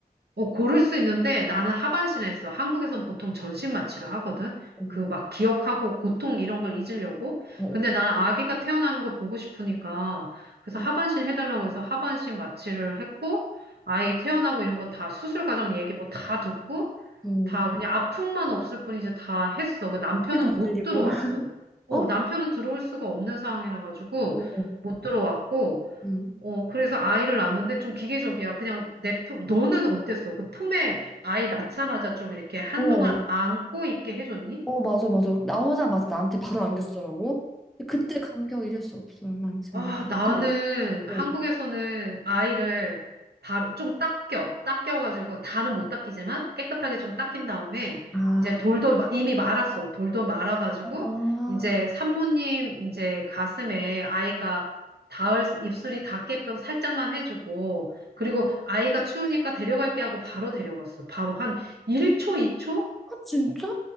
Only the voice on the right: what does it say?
어, 고를 수 있는데 나는 하반신에 했어. 한국에선 보통 전신 마취를 하거든.
그 막 기억하고 고통 이런 걸 잊으려고.
근데 나는 아기가 태어나는 걸 보고 싶으니까 그래서
하반신 해달라고 해서 하반신 마취를 했고 아이 태어나고 이런 거 다 수술 과정 얘기 뭐 다 듣고
다 그냥 아픔만 없을 뿐이지 다 했어. 그 남편은
못
들어왔어.
어,
남편은 들어올 수가 없는 상황이라 가지고
못 들어왔고
어, 그래서 아이를 낳는데 좀 기계적이야. 그냥 내 품, 너는 어땠어? 그 품에 아이 낳자마자 좀 이렇게 한동안
안고 있게 해줬니?
아, 나는
한국에서는 아이를 바로 좀 닦여, 닦여가지고 다는 못 닦이지만 깨끗하게 좀 닦인 다음에
이제 돌돌 마- 이미 말았어. 돌돌 말아가지고
이제 산모님 이제 가슴에 아이가 닿을 수- 입술이 닿게끔 살짝만 해주고 그리고 아이가 추우니까 데려갈게 하고 바로 데려갔어. 바로 한 1초, 2초?